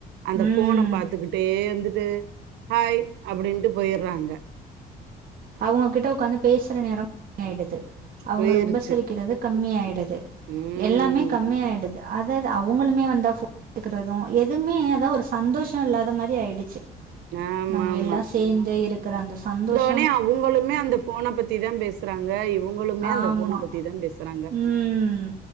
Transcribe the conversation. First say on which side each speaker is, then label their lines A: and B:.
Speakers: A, on the right; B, on the right.
A: அந்த
B: ம்
A: ஃபோன பாத்துக்கிட்டே இருந் துட்டு ஹாய் அப்டின்ட்டு போயிரு றாங்க
B: அவங்ககிட்ட உட்கார்ந்து பேசுற நேரோ மேடுது அவங்கள
A: போயிருச்சு
B: உபசரிக்கிறது கம்மியாயிடுது
A: ம்
B: எல்லாமே கம்மியாயிடுது அஹ் அதாது அவங்களுமே வந்தா ஃபோன் <inaudible> கிறது எதுமே அதா ஒரு சந்தோஷ இல்லாத மாரி ஆயிடுச்சு
A: ஆமாமா
B: நம்ம எல்லா சேர்ந்து இருக்குற அந்த சந்தோஷ்
A: <inaudible> அவங்களுமே அந்த ஃபோன பத்தி தா பேசுறாங்க இவங்களுமே
B: ஆமாம்
A: அந்த ஃபோன பத்தி தா பேசுறாங்க
B: ம்